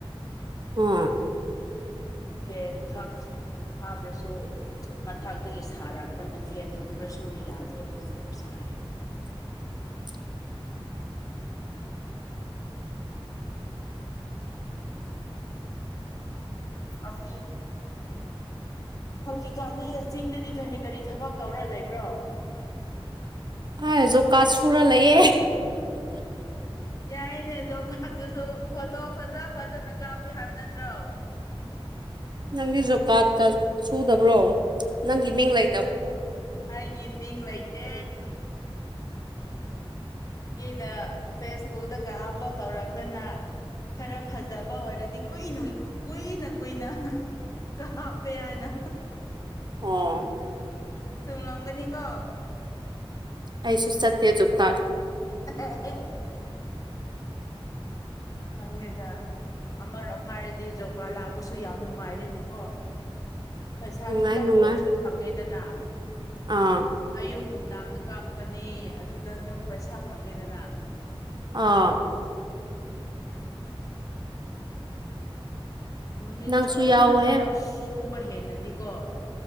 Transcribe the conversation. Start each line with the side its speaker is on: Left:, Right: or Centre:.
Right: ꯑꯣ
Left: ꯐꯦꯟ ꯊꯛ ꯍꯥꯞꯔꯁꯨ ꯃꯊꯛꯇꯒꯤ ꯁꯥꯔꯛꯄꯅ ꯐꯦꯟ ꯎꯔꯁꯨ ꯌꯥꯗꯦꯕ ꯑꯗꯨꯝ ꯁꯥꯏꯌꯦꯕ
Right: <inaudible>
Left: ꯍꯧꯖꯤꯛ ꯍꯧꯖꯤꯛꯀꯥꯟꯅꯤ ꯆꯤꯡꯗꯗꯤ ꯀꯔꯤ ꯀꯔꯤ ꯊꯥꯕꯛ ꯇꯧꯔ ꯂꯩꯕ꯭ꯔꯣ
Right: ꯑꯥ ꯖꯣꯞ ꯀꯥꯔꯗ ꯁꯨꯔ ꯂꯩꯌꯦ
Left: ꯌꯥꯏꯅꯦ ꯖꯣꯕ ꯀꯥꯔꯗꯇꯨꯁꯨ ꯐꯣꯇꯣ ꯐꯖ ꯐꯖꯅ ꯀꯥꯞꯄꯦ ꯍꯥꯏꯕ ꯅꯠꯇ꯭ꯔꯣ
Right: ꯅꯪꯗꯤ ꯖꯣꯕ ꯀꯥꯔꯗ ꯀ ꯁꯨꯗꯕ꯭ꯔꯣ ꯅꯪꯒꯤ ꯃꯤꯡ ꯂꯩ
Left: ꯍꯣꯏꯗꯣ ꯑꯩꯒꯤ ꯃꯤꯡ ꯂꯩꯇꯦ ꯃꯤꯅ ꯐꯦꯁꯕꯨꯛꯇꯛꯇꯒ ꯑꯞꯂꯣꯗ ꯇꯧꯔꯛꯇꯅ ꯈꯔ ꯐꯖꯕ ꯑꯣꯏꯔꯗꯤ ꯀꯨꯏꯅ ꯀꯨꯏꯅ ꯀꯨꯏꯅ ꯀꯥꯞꯄꯦ ꯍꯥꯏꯅ
Right: ꯑꯣ
Left: ꯆꯨꯝꯂꯝꯒꯅꯤꯀꯣ
Right: ꯑꯩꯁꯨ ꯆꯠꯇꯦ ꯖꯣꯞ ꯀꯥꯔꯗ
Left: <unintelligible> ꯈꯪꯗꯦꯗ ꯑꯃꯔꯣꯝ ꯍꯥꯏꯔꯗꯤ ꯖꯧꯒꯥ ꯂꯥꯛꯄꯁꯨ ꯌꯥꯝ ꯅꯨꯡꯉꯥꯏꯔꯦꯅꯦꯀꯣ ꯄꯩꯁꯥ
Right: ꯅꯨꯡꯉꯥꯏ
Left: ꯈꯤꯇꯪ
Right: ꯅꯨꯡꯉꯥꯏ
Left: ꯑꯣꯏꯔꯁꯨ ꯐꯪꯉꯦꯗꯅ
Right: ꯑꯥ
Left: ꯑꯌꯨꯛ ꯅꯨꯡꯗꯥꯡꯗ ꯀꯥꯞꯀꯅꯤ ꯑꯗꯨꯗ ꯑꯗꯨꯝ ꯄꯩꯁꯥ ꯐꯪꯉꯦꯗꯅ
Right: ꯑꯥ
Left: ꯅꯨꯃꯤꯠ
Right: ꯅꯪꯁꯨ
Left: ꯆꯨꯝꯅ
Right: ꯌꯥꯎꯋꯣꯍꯦ
Left: ꯊꯕꯛ ꯁꯨꯕ ꯍꯦꯟꯅꯗꯤꯀꯣ